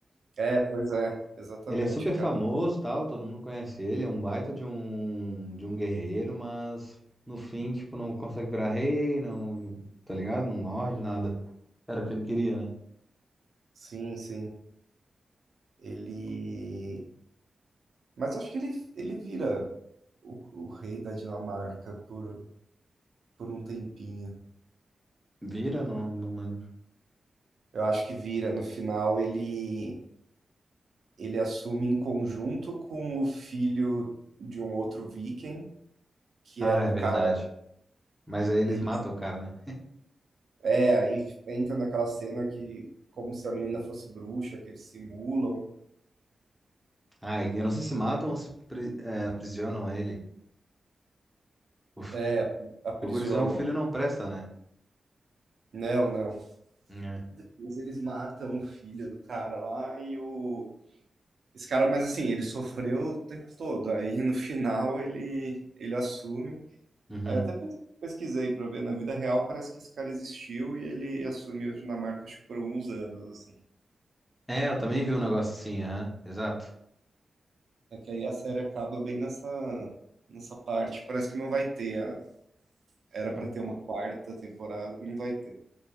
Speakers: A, on the right (about 75°); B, in the centre.
A: É, pois é, exatamente,
B: Ele é super
A: cara.
B: famoso, tal, todo mundo conhece ele, é um baita de um de um guerreiro, mas no fim, tipo, não consegue virar rei, não, tá ligado? Não lorde nada. Era o que ele queria, né?
A: Sim, sim. Ele. Mas acho que ele, ele vira o, o rei da Dinamarca por, por um tempinho.
B: Vira? Não, não lembro.
A: Eu acho que vira. No final, ele, ele assume em conjunto com o filho de um outro viking, que
B: Ah,
A: era um
B: é verdade.
A: cara.
B: Mas aí eles
A: Ele,
B: matam o cara, né?
A: é, aí entra naquela cena que, como se a menina fosse bruxa, que eles simulam.
B: Ah, eu não sei se matam ou se pri- é, aprisionam ele. Uf.
A: É, aprisionam.
B: O gurizão, o filho não presta, né?
A: Não, não.
B: É.
A: Depois eles matam o filho do cara lá e o. Esse cara, mas assim, ele sofreu o tempo todo. Aí no final ele, ele assume.
B: Uhum.
A: Aí eu até pes- pesquisei pra ver, na vida real parece que esse cara existiu e ele assumiu a Dinamarca, acho que por alguns anos, assim.
B: É, eu também vi um negócio assim, aham. Exato.
A: É que aí a série acaba bem nessa, nessa parte. Parece que não vai ter. a- Era pra
B: Co-
A: ter uma quarta temporada, não vai ter.